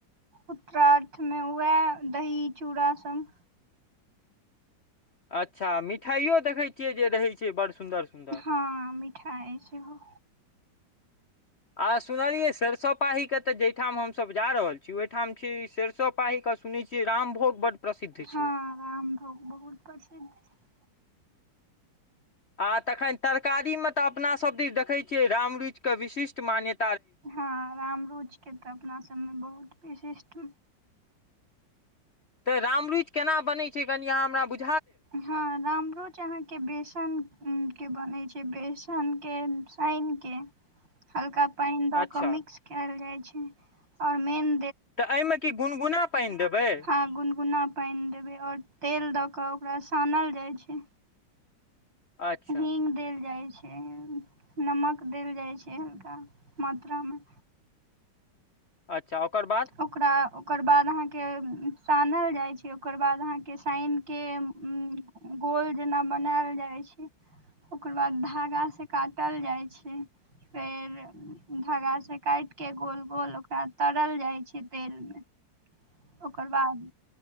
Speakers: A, on the right; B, on the left.
A: उत्तरार्थ मे उहाए दही, चूड़ा संग
B: अच्छा मिठाइयो देखै छियै जे रहै छै बड़ सुन्दर सुन्दर
A: हां मिठाय सेहो
B: आ सुनलियै सेरसों पाही के तऽ जेठाम हम सब जा रहल छी ओयठाम छी सेरसो पाही के क सुनै छियै रामभोग बड प्रसिद्ध
A: हां
B: छै
A: राम भोग बहुत प्रसिद्ध छै।
B: आ तखन तरकारीमे तऽ अपना सब दिस देखै छियै रामरुएच के विशिष्ट मान्य
A: हां राम रुएच के तऽ अपना सबमे बहुत विशिष्ट
B: तऽ रामरुएच केना बनै छै कनि अहाँ हमरा बुझ
A: हां रामरुच अहाँ के बेसन उम्म के बनै छै, बेसन के सैन के हल्का पेएन द
B: अच्छा
A: के मिक्स काएल जाय छै और मेन
B: तऽ एमे की गुनगुना पानि देबै
A: हां गुनगुना पेएन देबै और तेल द के ओकरा सानल जाय छै,
B: अच्छा
A: हींग देल जाय छै। ए नमक देल जाय छै हल्का मात्रा मे।
B: अच्छा ओकर बाद
A: ओकरा ओकर बाद अहां के सानल जाय छै, ओकर बाद अहां के सेएन के उम्म गोल जेना बनाएल जाय छै, ओकर बाद धागा से काटल जाय छै। फेर धागा से काएट के गोल-गोल ओकरा तरल जाय छै तेल मे। ओकर बाद,